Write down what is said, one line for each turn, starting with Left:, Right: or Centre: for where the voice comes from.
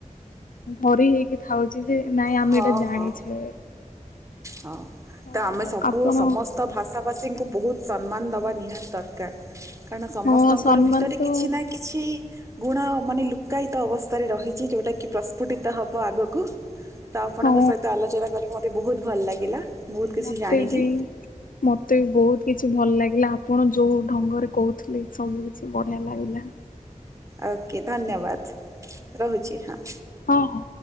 Left: ଭରି ହେଇକି ଥାଉଚି ଯେ ନାଇଁ ଆମେ
Right: ହଁ
Left: ଏଇଟା ଜାଣିଛେ।
Right: ହଁ ହଁ
Left: ହଉ
Right: ତ ଆମେ ସବୁ
Left: ଆପଣ
Right: ସମସ୍ତ ଭାଷା ଭାଷୀଙ୍କୁ ବହୁତୁ ସମ୍ମାନ ଦବା ନିହାତି ଦର କାର କାରଣ ସମସ୍ତଙ୍କର
Left: ହଁ ସମ୍ମାନ
Right: ଭିତରେ
Left: ତ
Right: କିଛି ନା କିଛି ଗୁଣ ମାନେ ଲୁକାୟିତ ଅବସ୍ଥାରେ ରହିଚି ଯୋଉଟା କି ପ୍ରସ୍ଫୁଟିତ ହବ ଆଗକୁ। ତ ଆପଣଙ୍କ
Left: ହଁ
Right: ସହିତ ଆଲୋଚନା କରିକି ମତେ ବହୁତୁ ଭଲ ଲାଗିଲା। ବହୁତ କିଛି
Left: ମତେ
Right: ଜାଣିଲି।
Left: ବି ମତେ ବି ବହୁତୁ କିଛି ଭଲ ଲାଗିଲା ଆପଣ ଯୋଉ ଢଙ୍ଗରେ କହୁଥିଲେ ସବୁ କିଛି ବଢିଆ ଲାଗିଲା।
Right: ଓକେ ଧନ୍ୟବାଦ ରହୁଚ ହଁ।
Left: ହଁ।